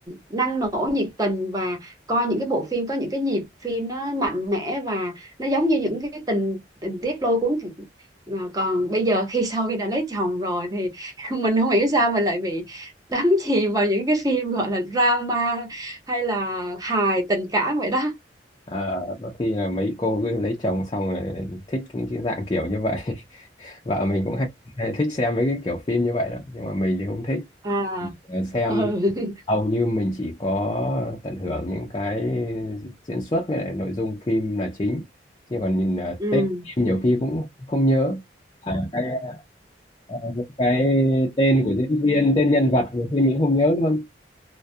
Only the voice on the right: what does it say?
năng nổ nhiệt tình và coi những cái bộ phim có những cái nhịp phim nó mạnh mẽ và nó giống như những cái tình tình tiết lôi cuốn mà còn bây giờ khi sau khi đã lấy chồng rồi thì <laughs> mình không hiểu sao mình lại bị đắm chìm vào những cái phim gọi là drama hay là hài tình cảm vậy đó
à
ừ <laughs>
ừ